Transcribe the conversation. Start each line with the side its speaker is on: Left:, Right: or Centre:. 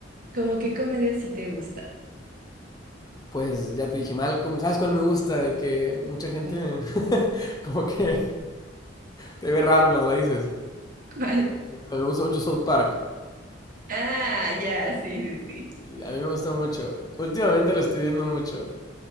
Right: ¿Cómo qué comedia sí te gusta?
Left: pues ya te dije Malcolm, ¿sabes cuál me gusta? Y que mucha gente
Right: Bueno.
Left: <laughs> como que te ve raro cuando la dices.
Right: ¿Cuál?
Left: Me gusta mucho South Park.
Right: Ah, ya, sí, sí, sí.
Left: Sí, a mí me gusta mucho. Últimamente lo estoy viendo mucho.